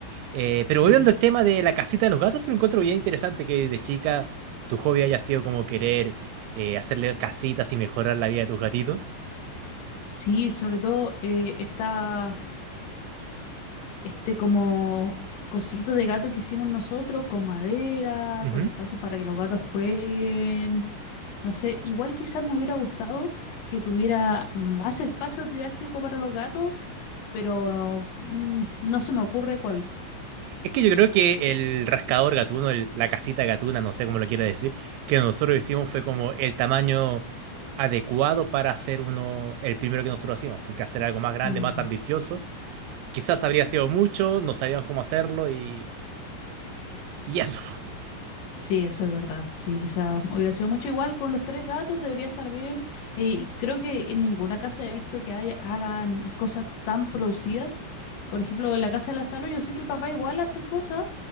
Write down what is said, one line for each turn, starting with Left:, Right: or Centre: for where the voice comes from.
Right: Eh, pero
Left: Sí.
Right: volviendo al tema de la casita de los gatos, lo encuentro bien interesante que de chica tu hobby haya sido como querer eh, hacerle casitas y mejorar la vida de tus gatitos.
Left: Sí, sobre todo eh, Está este como cosito de gato que hicimos nosotros con madera,
Right: Ujú.
Left: con espacio para que los gatos jueguen. No sé, igual quizás me hubiera gustado que tuviera más espacio didáctico para los gatos, pero mm, no se me ocurre cuál.
Right: Es que yo creo que el rascador gatuno, el- la casita gatuna, no sé cómo lo quiera decir, que nosotros hicimos fue como el tamaño adecuado para hacer uno, el primero que nosotros hacíamos, porque hacer algo más grande,
Left: Mm,
Right: más ambicioso Quizás habría sido mucho, no sabíamos cómo hacerlo y, y eso.
Left: Sí, eso es verdad. Sí, quizá hubiera sido mucho igual con los tres gatos, debería estar bien. Y creo que en ninguna casa he visto que haya- hagan cosas tan producidas. Por ejemplo, en la casa de la Salo, yo sé que el papá igual hace cosas,